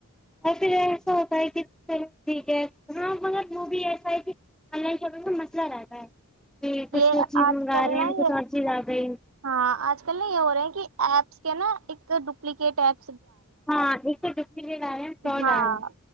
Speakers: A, in the centre; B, on the right (about 65°).
A: اور پھر ایسا ہوتا ہے کہ ٹھیک ہے ہاں ملگر وہ بھی ایسا ہے کہ آن لائن ش کا مسئلہ رہتا ہے کہ کچھ
B: یہ
A: وہ چیز
B: آج
A: منگا
B: کل
A: رہے
B: نا
A: ہیں کچھ
B: یہ
A: اور چیز آ گئی
B: ہاں آج کل نا یہ ہو رہے ہیں کہ ایپس کیا نا ایک ڈوپلییکیٹ ایک
A: ہاں ایک رہ فڈ
B: ہاں
A: آ رہ ہے